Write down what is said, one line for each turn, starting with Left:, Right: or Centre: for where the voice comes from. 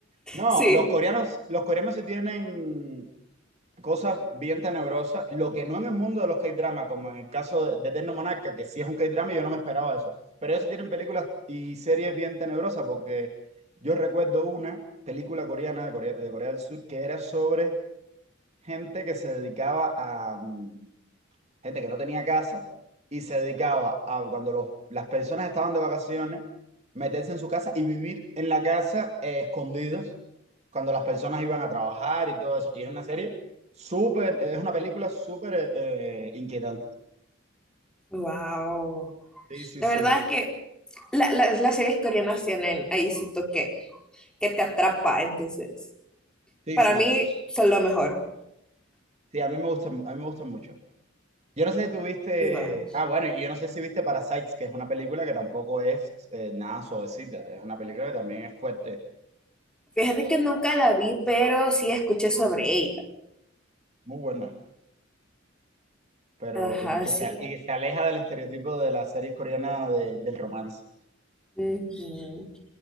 Right: No,
Centre: Sí.
Right: los coreanos, los coreanos sí tienen cosas bien tenebrosas, lo que no en el mundo de los K-drama, como en el caso de, de Eterno Monarca, que sí es un K-drama y yo no me esperaba eso. Pero ellos sí tienen películas y series bien tenebrosas, porque yo recuerdo una película coreana de Corea, de Corea del Sur que era sobre gente que se dedicaba a, mm, gente que no tenía casa y se dedicaba a cuando los, las personas estaban de vacaciones, meterse en su casa y vivir en la casa eh, escondidos cuando las personas iban a trabajar y todo eso. Y es una serie súper, es una película súper eh, eh, inquietante.
Centre: Wow.
Right: Sí, sí,
Centre: La
Right: sí,
Centre: verdad es que la- las las series coreanas tienen ahí su toque que te atrapa, entonces
Right: sí,
Centre: para
Right: sí.
Centre: mí son lo mejor.
Right: Sí, a mí me gusta, a mí me gusta mucho. Yo no sé si tú viste,
Centre: Y bueno,
Right: ah, bueno, y yo no sé si viste Parasites, que es una película que tampoco es eh, nada suavecita, es una película que también es fuerte,
Centre: fíjate que nunca la vi, pero sí escuché sobre ella.
Right: muy buena. pero
Centre: Ajá,
Right: y que
Centre: sí.
Right: se, y que se aleja del estereotipo de las series coreanas de- del romance.
Centre: Ujú.